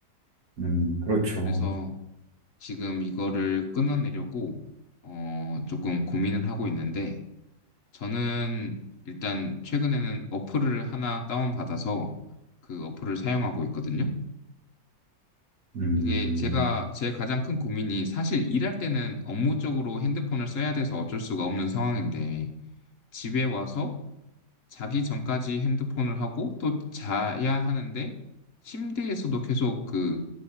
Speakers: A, on the right (about 60°); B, on the left (about 50°).
A: 음, 그렇죠.
B: 그래서 지금 이거를 끊어내려고 어 조금 고민을 하고 있는데 저는 일단 최근에는 어플을 하나 다운받아서 그 어플을 사용하고 있거든요.
A: 음,
B: 이게 제가 제 가장 큰 고민이 사실 일할 때는 업무적으로 핸드폰을 써야 돼서 어쩔 수가 없는 상황인데 집에 와서 자기 전까지 핸드폰을 하고 또 자야 하는데 침대에서도 계속 그